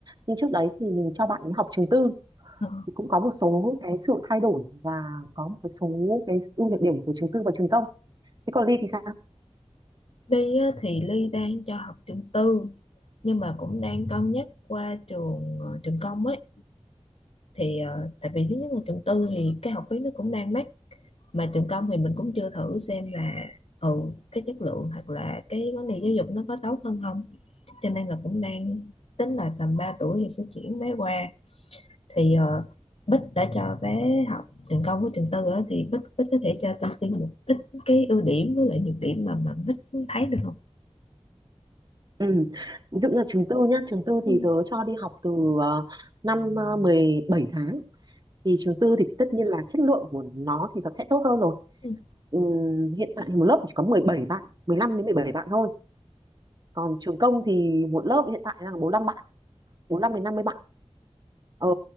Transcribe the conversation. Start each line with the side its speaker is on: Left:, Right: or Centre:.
Right: nhưng trước đấy thì mình cho bạn ấy học trường tư
Left: Ờ.
Right: thì cũng có một số cái sự thay đổi và có một cái số cái ưu nhược điểm của trường tư và trường công thế còn Ly thì sao
Left: Ly á, thì Ly đang cho học trường tư nhưng mà cũng đang cân nhắc qua trường ờ, trường công ấy thì ờ, tại vì thứ nhất là trường tư thì cái học phí nó cũng đang mắc mà trường công thì mình cũng chưa thử xem là ừ cái chất lượng hoặc là cái vấn đề giáo dục nó có tốt hơn không cho nên là cũng đang tính là tầm 3 tuổi thì sẽ chuyển bé qua thì ờ, Bích đã cho bé học trường công với trường tư á, thì Bích Bích có thể cho tôi xin một ít cái ưu điểm với lại nhược điểm mà mà Bích thấy được không?
Right: ừ. ví dụ như là trường tư nhá trường tư
Left: Ừ,
Right: thì tớ cho đi học từ ờ, năm ờ, mười bảy tháng thì trường tư thì tất nhiên là chất lượng của nó thì nó sẽ tốt hơn rồi
Left: ừ,
Right: Ừm, hiện tại thì một lớp chỉ có mười bảy bạn 15 đến 17 bạn thôi còn trường công thì một lớp hiện tại là 45 bạn 45 đến 50 ờ